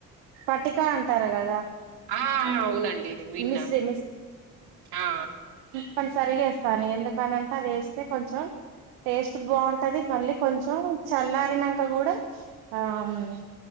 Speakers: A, on the right; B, on the right.
A: పట్టికా అంటారు కదా.
B: ఆ అవునండి విన్నా
A: మిశ్రీ
B: ఆ
A: క్కన్ సరిగా ఏస్తారు ఎందుకనింటే అది ఏస్తే కొంచెం, టేస్ట్ బావుంటది మళ్ళీ కొంచ్ చో చల్లారినంక కూడా ఆ మ్